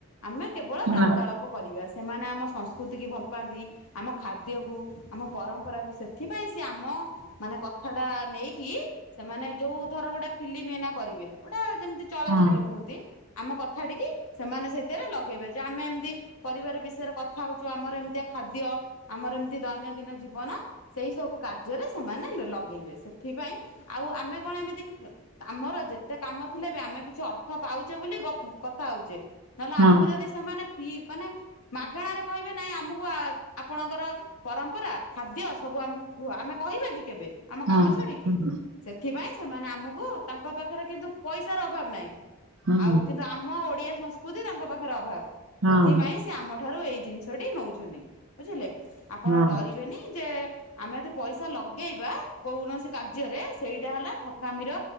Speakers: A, on the left; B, on the right.
A: ଆମେ କେବଳ ବ୍ରାତାଳ
B: ନା
A: ସେମାନେ ଆମ ସଂସ୍କୃତି ଭଲ ପାଆନ୍ତି ଆମ ଖକୁ ଆମ ପର ସେଥିପାଇଁ ସେ ଆମ ମାନେ କଥା ଟା ନେଇକି ସେମାନେ ଯୋଉ ଧର ଗୋଟେ ଫିଲ୍ମ ଏଇନା କରିବେ ଗୋଟା ଯେମିତି ଚଳଚିତ୍ର
B: ହଁ
A: କୁହନ୍ତି ଆମ କଥା ଟିକି ସେମାନେ ସେଇଥିରେ ଲଗେଇବେ ଯେ ଆମେ ଏମିତି ପରିବାର ବିଷୟରେ କଥା ହଉଚୁ ଆମର ଏମିତିଆ ଖାଦ୍ୟ ଆମର ଏମତି ଦୈନନ୍ଦିନ ଜୀବନ। ସେଇ ସବୁ କାର୍ଯ୍ୟରେ ସେମାନେ ଲଗେଇବେ ସେଥିପାଇଁ। ଆଉ ଆମେ କଣ ଏମିତି ଆମର ଯେତେ କାମ ଥିଲେ ବି ଆମେ କିଛି ଅର୍ଥ ପାଉଛେ ବୋଲି ଗ କଥା ହଉଛେ ନହେଲେ
B: ହଁ
A: ଆମକୁ ଯଦି ସେମାନେ ଫ୍ରି ମାନେ ମାଗଣାରେ କହିବେ ନାଇଁ ଆମକୁ ଆପଣଙ୍କର ପରମ୍ପରା ଖାଦ୍ୟ ସବୁ ଆମକୁ କୁହ ଆମେ କହିବା କି କେବେ ଆମ
B: ହଁ
A: କାମ ଛାଡିକି
B: ହୁଁ
A: ସେଥିପାଇଁ ସେମାନେ ଆମକୁ ତାଙ୍କ ପାଖରେ କିନ୍ତୁ ପଇସାର ଅଭାବ ନାହିଁ
B: ହୁଁ
A: ଆଉ କିନ୍ତୁ ଆମ ଓଡିଆ ସଂ ବୋଧେ ତାଙ୍କ ପାଖରେ ଅଭାବ ସେଥିପାଇଁ
B: ହଁ
A: ସିଏ ଆମ ଠାରୁ ଏଇ ଜିନିଷଟି ନଉଚୁନି। ବୁଝିଲେ ଆପଣ
B: ହଁ
A: ଡରିବେନି ଯେ। ଆମେ ଯଦି ପଇସା ଲଗେଇବା କୌଣସି କାର୍ଯ୍ୟରେ ସେଇଟା ହେଲା ଠକାମିର